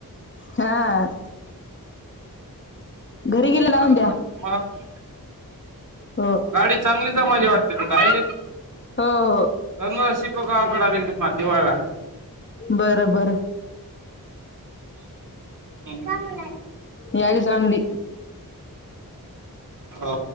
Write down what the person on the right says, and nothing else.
हा
मग
गाडी चांगलीच माझी वाटते तुलाय
दोन शिको का आकडा एक त मध्यवाळला
ब ला
हो